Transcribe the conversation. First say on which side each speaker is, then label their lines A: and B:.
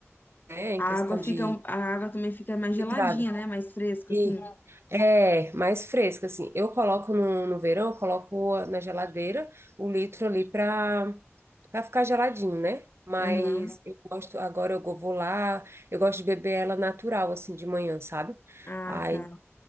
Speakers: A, on the right; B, on the left.
A: né, em
B: A
A: questão
B: água fica...
A: de
B: um- A água também fica mais geladinha,
A: filtrada.
B: né? Mais fresca,
A: E
B: assim.
A: é mais fresca, assim. Eu coloco no, no verão, eu coloco a- na geladeira o litro ali para para ficar geladinho, né? Mas
B: Aham.
A: eu gosto, agora eu go- vou lá, eu gosto de beber ela natural, assim, de manhã, sabe?
B: Ah,
A: Aí,
B: tá.